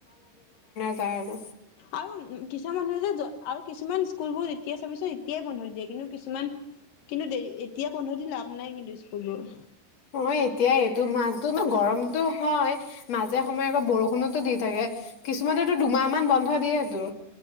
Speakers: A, on the left; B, on the left.
A: কাৰনো আৰু
B: আৰু কিছুমান মানুহে যে আৰু কিছুমান স্কুলবোৰ যেতিয়া চাবিছোন এতিয়াই বন্ধ দিয়ে কিন্তু কিছুমান কিন্তু এতিয়া বন্ধ দি লাভ নাই কিন্তু স্কুলবোৰ
A: অ এতিয়াই এইটো মাহতো গৰমতো হয় মাজে সময়ে আকৌ বৰষুণতো দি থাকে কিছুমানতো দুমাহ মান বন্ধ দিয়ে সটো